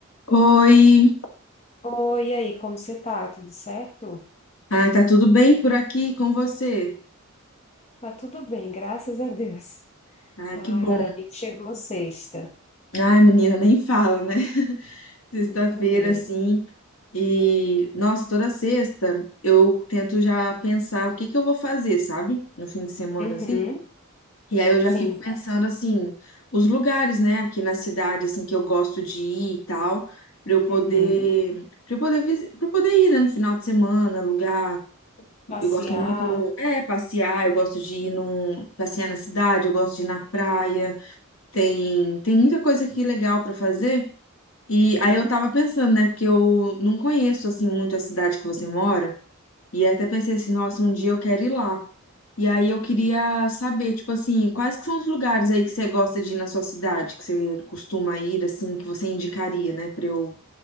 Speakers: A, on the left (about 70°); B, on the left (about 30°).
A: Oi,
B: Oi, e aí, como você tá? Tudo certo?
A: ah, tá tudo bem por aqui com você?
B: Tá tudo bem, graças a Deus.
A: Ah,
B: Ah,
A: que bom.
B: ainda bem que chegou sexta.
A: Ai, menina, nem fala, né? <laughs> Sexta-feira,
B: Meu Deus.
A: assim, e nossa, toda sexta eu tento já pensar o que que eu vou fazer, sabe? No fim de semana,
B: Uhum,
A: assim. E aí eu
B: sim.
A: já fico pensando, assim, os lugares, né, aqui na cidade, assim, que eu gosto de ir e tal, pra eu poder,
B: Uhum.
A: pra eu poder, visi- pra eu poder ir, né, no final de semana, alugar
B: Passear.
A: Eu gosto muito, é, passear, eu gosto de ir num, passear na cidade, eu gosto de ir na praia. Tem, tem muita coisa aqui legal para fazer. E
B: Uhum.
A: aí eu tava pensando, né, porque eu não conheço assim muito a cidade que você mora, e até pensei assim, nossa, um dia eu quero ir lá. E aí eu queria saber, tipo assim, quais que são os lugares aí que você gosta de ir na sua cidade, que você costuma ir assim, que você indicaria, né, para eu,